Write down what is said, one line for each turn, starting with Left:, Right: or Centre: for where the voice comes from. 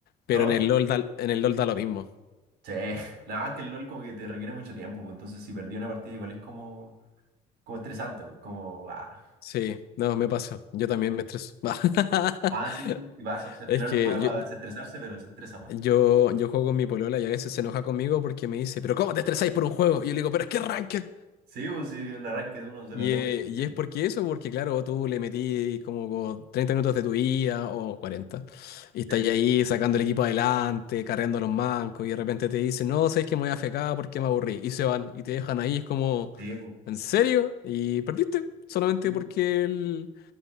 Left: Pero
Right: No,
Left: en el LOL da, en el LOL da lo mismo.
Right: sí. <laughs> Nada, es que el LoL como que te requiere mucho tiempo, pues entonces si perdí una partida igual es como, como estresante, pues como, ah,
Left: Sí, no, me pasa. Yo también me estreso. <laughs>
Right: ah, sí, sí, sí, pasa. O sea, al
Left: Es
Right: final
Left: que
Right: no juega
Left: yo,
Right: para desestresarse, pero se estresa más.
Left: yo, yo juego con mi polola y a veces se enoja conmigo porque me dice, pero ¿cómo te estresáis por un juego? Y yo le digo, pero es que ranked.
Right: Sí, pues si un arranque de uno se la
Left: Y,
Right: toma.
Left: eh,
Right: en
Left: y
Right: serio,
Left: es porque eso, porque claro, tú le metí como co- 30 minutos de tu vida o 40 y estás
Right: pues.
Left: ahí sacando el equipo adelante, carreando a los mancos, y de repente te dicen, no, sabes que me voy a fecar porque me aburrí, y se van, y te dejan ahí, es como,
Right: Sí, sí, pues,
Left: ¿en serio? Y perdiste, solamente
Right: sí, pues.
Left: porque el,